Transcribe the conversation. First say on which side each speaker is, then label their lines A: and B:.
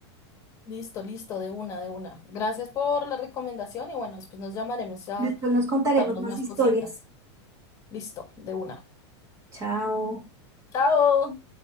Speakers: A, on the left; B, on the right.
A: Listo, listo, de una, de una. Gracias por la recomendación y bueno, después nos llamaremos ya
B: Después
A: a
B: nos contaremos
A: contarnos
B: más
A: más
B: historias.
A: cositas. Listo, de una.
B: Chao.
A: Chao.